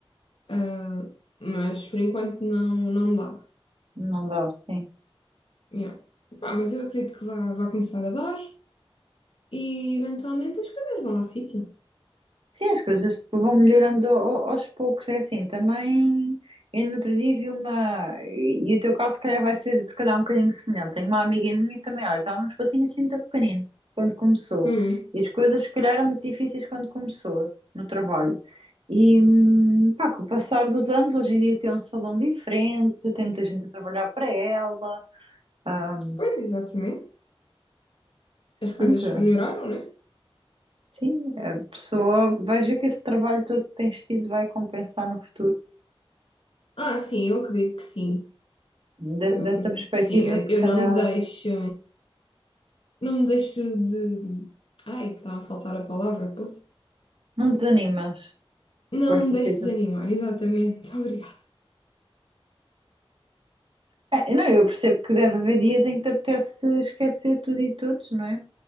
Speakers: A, on the left; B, on the right.
A: Ah, mas por enquanto não, não dá.
B: não dá, sim.
A: Yeah. Pá, mas eu acredito que vá, vá começar a dar e eventualmente as coisas vão ao sítio.
B: Sim, as coisas vão melhorando ao- aos poucos, é assim, também eu no outro dia vi uma, e o teu caso se calhar vai ser se calhar um bocadinho semelhante, tenho uma amiga minha que também, olha, estava num espacinho assim muito pequenino, quando começou,
A: Hum,
B: e as coisas se calhar eram muito difíceis quando começou, no trabalho, e hum, pá, com o passar dos anos, hoje em dia tem um salão diferente, tem muita gente a trabalhar para ela, ah,
A: pois, exatamente. As coisas
B: anda,
A: melhoraram, né?
B: sim, a pessoa vai ver que esse trabalho todo que tens tido vai compensar no futuro
A: Ah, sim, eu acredito que sim.
B: de-
A: Eu
B: dessa
A: acredito
B: perspectiva,
A: que sim.
B: se
A: Eu
B: calhar,
A: não me deixo. não me deixe de. Ai, estava a faltar a palavra, posso?
B: não desanimas
A: Não
B: com estas
A: me deixe
B: situações.
A: desanimar, exatamente. <laughs> Obrigada.
B: É, não, eu percebo que deve haver dias em que te apetece esquecer tudo e todos, não é?